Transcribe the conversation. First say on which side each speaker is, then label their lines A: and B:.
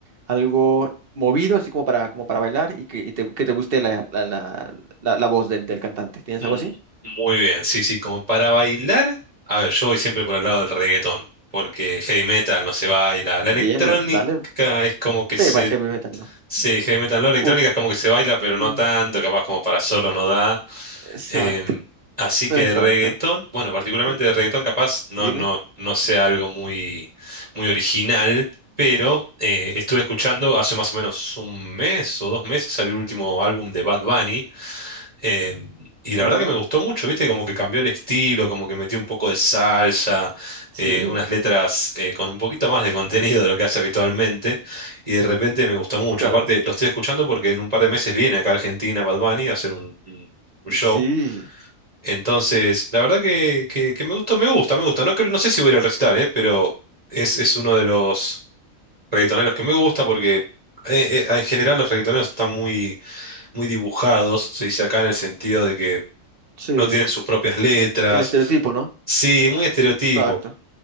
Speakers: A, on the right; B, on the right.
A: algo movido, así como para, como para bailar y que, y te, que te guste la, la, la, la, la voz del, del cantante. ¿Tienes
B: Mm,
A: algo así?
B: Muy bien, sí, sí, como para bailar, a ver, yo voy siempre por el lado del reggaetón, porque heavy metal no se baila, la electrónica
A: Bien, me- dale.
B: es como que
A: Sí,
B: se...
A: va heavy metal, ¿no?
B: Sí, heavy metal no, electrónica
A: Uf,
B: es como que se baila, pero
A: mm,
B: no tanto, capaz como para solo no da.
A: exacto,
B: Em, así que
A: exacto.
B: reggaetón, bueno, particularmente
A: Sí,
B: de reggaetón capaz no,
A: Dime.
B: no, no sea algo muy, muy original, pero eh, estuve escuchando hace más o menos un mes o dos meses salió el último álbum de Bad Bunny em, y la
A: Ujú,
B: verdad que me gustó mucho, viste, como que cambió el estilo, como que metió un poco de salsa,
A: Sí,
B: eh, unas letras eh, con un poquito más de contenido de lo que hace habitualmente y de repente me gustó mucho.
A: claro.
B: Aparte, lo estoy escuchando porque en un par de meses viene acá a Argentina Bad Bunny a hacer un un- un show.
A: Sí,
B: Entonces, la verdad que, que- que me gusta, me gusta, me gusta. No creo, no sé si voy a ir al recital, eh, pero es, es uno de los reggaetoneros que me gusta porque eh, eh, en general los reggaetoneros están muy, muy dibujados, se dice acá en el sentido de que
A: sí,
B: no tienen sus propias letras.
A: el estereotipo, ¿no?
B: Sí, muy estereotipo.
A: Exacto.